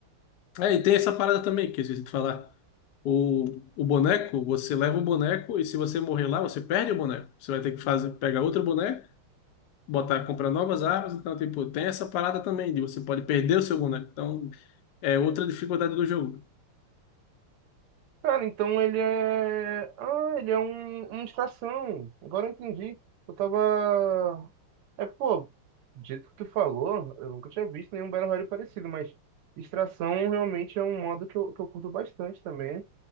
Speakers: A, on the left; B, on the right.
A: É, e tem essa parada também que eu esqueci de falar. O, o boneco, você leva o boneco e se você morrer lá, você perde o boneco. Você vai ter que fazer, pegar outro boneco, botar, comprar novas armas. Então, tipo, tem essa parada também de você pode perder o seu boneco. Então, é outra dificuldade do jogo.
B: Cara, então ele é. Ah, ele é um, uma estação. Agora eu entendi. Eu tava. É, pô, do jeito que tu falou, eu nunca tinha visto nenhum Battle Royale parecido, mas extração realmente é um modo que eu, que eu curto bastante também.